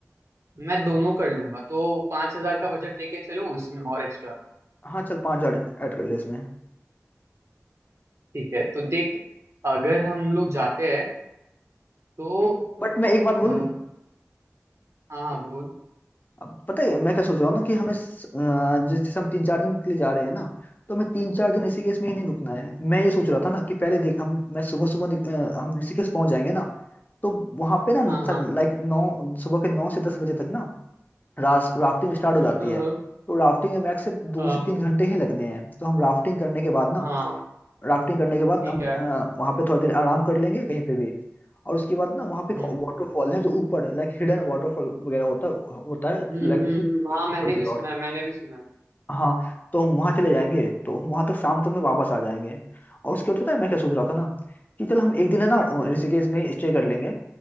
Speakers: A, on the right; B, on the left.
A: मैं दोनों कर लूंगा तो पांच हजार का बजट लेके चलूं इसमें और एक्स्ट्रा
B: हाँ चल पाँच हजार ऐड कर ले इसमें
A: ठीक है तो देख अगर हम लोग जाते हैं तो
B: बट मैं एक बात बोलूँ
A: आ, हाँ हाँ बोल
B: अब पता है मैं क्या सोच रहा हूँ ना कि हमें स- अ, जिस जैसे हम तीन चार दिन के लिए जा रहे हैं ना तो हमें तीन चार दिन ऋषिकेश में
A: हम्म,
B: ही नहीं रुकना है मैं ये सोच रहा था ना कि पहले देख हम मैं सुबह सुबह निक- अ, हम ऋषिकेश पहुंच जाएंगे ना तो वहां पे ना
A: हाँ हाँ
B: लाइक नौ सुबह के नौ से दस बजे तक ना रास राफ्टिंग स्टार्ट हो जाती
A: हाँ
B: है
A: हाँ
B: तो राफ्टिंग में मैक्स से दो
A: हाँ
B: से तीन घंटे ही लगने हैं तो हम राफ्टिंग करने के बाद ना
A: हाँ,
B: राफ्टिंग करने के बाद
A: ठीक
B: हम
A: है
B: वहां पे थोड़ी देर आराम कर लेंगे कहीं पे भी और उसके बाद ना वहां
A: हम्म
B: पे एक
A: हम्म
B: वाटरफॉल है जो ऊपर लाइक हिडन वाटरफॉल वगैरह होता होता है
A: हम्म
B: लाइक
A: हम्म, हम्म, हाँ मैंने
B: ऊपर की
A: भी सुना
B: ओर
A: है मैंने भी सुना है
B: हाँ तो हम वहां चले जाएंगे तो हम वहां तक शाम तक में वापस आ जाएंगे और उसके बाद पता है मैं क्या सोच रहा था ना कि चल हम एक दिन है ना
A: हम्म
B: ऋषिकेश में स्टे कर लेंगे